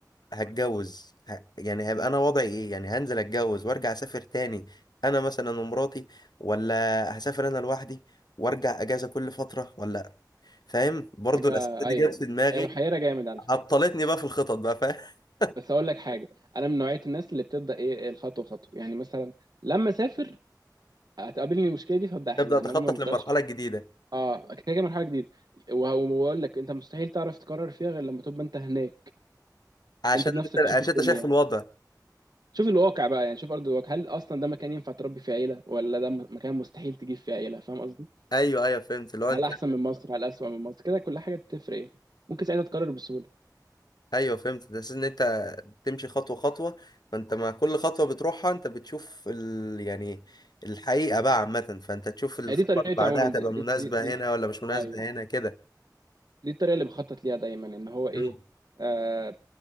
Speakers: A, on the left; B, on the right.
A: هتجوز ه... يعني هيبقى انا وضعي ايه يعني هنزل اتجوز وارجع اسافر تاني انا مثلا ومراتي ولا هسافر انا لوحدي وارجع اجازه كل فتره ولا فاهم برضه
B: حاجة
A: الاسئله
B: أيوه
A: دي جت في دماغي
B: هي محيرة جامد على فكرة
A: عطلتني بقى في الخطط بقى فاهم <laughs>
B: بس أقول لك حاجة أنا من نوعية الناس اللي بتبدأ إيه الخطوة خطوة يعني مثلا لما أسافر هتقابلني المشكلة دي فأبدأ أحلها
A: تبدا تخطط
B: إنما ما ببدأش
A: للمرحله الجديده
B: أه كده كده مرحلة جديدة وه- وأقول لك أنت مستحيل تعرف تقرر فيها غير لما تبقى أنت هناك
A: عشان
B: أنت بنفسك
A: انت
B: تشوف
A: عشان
B: الدنيا
A: انت شايف الوضع
B: شوف الواقع بقى يعني شوف ارض الواقع هل اصلا ده مكان ينفع تربي فيه عيله ولا ده م- مكان مستحيل تجيب فيه عيله فاهم قصدي
A: ايوه ايوع فهمت اللي هو
B: هل
A: انت
B: احسن من مصر هل اسوأ من مصر كده كل حاجه بتفرق يعني ممكن ساعتها تقرر بسهوله
A: ايوه فهمت ده اساس ان انت بتمشي خطوه خطوه فانت مع كل خطوه بتروحها انت بتشوف ال... يعني الحقيقه بقى عامه فانت تشوف الخطوه
B: يعني دي طريقتي
A: اللي بعدها
B: عموما
A: هتبقى
B: دي
A: مناسبه
B: دي دي, دي.
A: هنا ولا مش مناسبه
B: ايوه
A: هنا كده
B: دي الطريقه اللي بخطط ليها دايما ان هو ايه
A: امم
B: آه